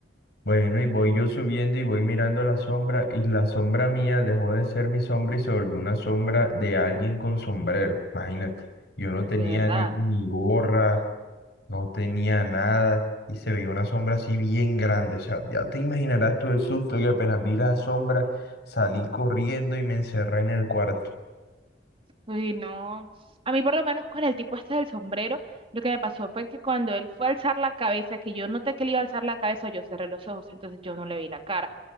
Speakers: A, on the left (about 65°); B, on the right (about 30°).
A: Bueno, y voy yo subiendo y voy mirando la sombra y la sombra mía dejó de ser mi sombra y se volvió una sombra de alguien con sombrero. Imagínate, yo no tenía
B: De verdad.
A: ni, ni gorra, no tenía nada y se veía una sombra así bien grande. O sea, ya te imaginarás tú el susto que apenas vi la sombra salí corriendo y me encerré en el cuarto.
B: Uy, no. A mí por lo menos con el tipo este del sombrero, lo que me pasó fue que cuando él fue a alzar la cabeza, que yo noté que le iba a alzar la cabeza, yo cerré los ojos, entonces yo no le vi la cara,